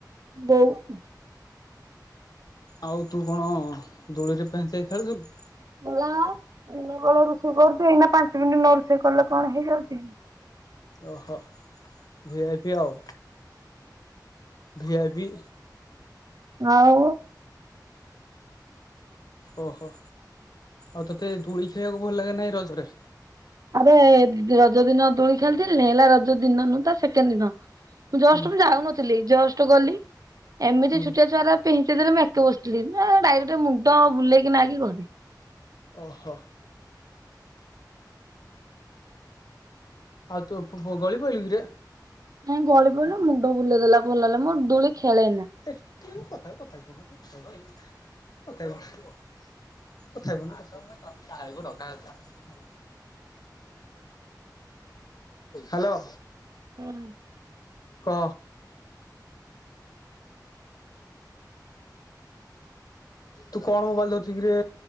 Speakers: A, on the right; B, on the left.
A: ବୋଉ।
B: ଆଉ ତୁ କଣ ଦୋଳିରେ ପେହଞ୍ଚାଇ ଖେଳୁଥିଲୁ।
A: ମଲା ଦିନବେଳା ରୋଷେଇ କରୁଛି ଏଇନା ପାଞ୍ଚ ମିନିଟ ନ ରୋଷେଇ କଲେ କଣ ହେଇଯାଉଛି?
B: ଓହୋ ଭି ଆଇ ପି ଆଉ ଭି ଆଇ ପି।
A: ଆଉ
B: ଓହୋ ଆଉ ତତେ ଦୂଳି ଖେଳିବାକୁ ଭଲ ଲାଗେ ନା ଏ ରଜରେ?
A: ଆରେ ରଜ ଦିନ ଦୋଳି ଖେଳିଥିଲି ହେଲା ରଜ ଦିନ ନୁହ ତା ସେକେଣ୍ଡ ଦିନ। ଜଷ୍ଟ
B: ହୁଁ
A: ମୁଁ ଯାଉନଥିଲି ଜଷ୍ଟ ଗଲି। ଏମିତି
B: ହୁଁ
A: ଛୁଟିଆ ଛୁଆ ପିଙ୍କେଇ ଦେଲେ ମୁଁ ଏକା ବସିଥିଲି ଡାଇରେକ୍ଟ ମୁଣ୍ଡ ବୁଲେଇକିନା ଘରକୁ।
B: ଓହୋ। ଆଉ ତୁ ଫୁ ଗଳିପଇଲୁ କିରେ?
A: ନାଇଁ ଗଳି ପଡିଲି ମୁଣ୍ଡ ବୁଲେଇଦେଲା ଭଲ ହେଲା ମୋର ଦୁଳି ଖେଳେନା।
B: ଏ କଥା କଥା କ କ କଥା କ କଥା ହେବୁ ନା କଥା ହେବୁ ଆଉ ଡକା ହେଉଥିଲା। ହେଲୋ।
A: ହୁଁ।
B: କ ତୁ କଣ ମୋବାଇଲ ଧରୁଛୁ କିରେ?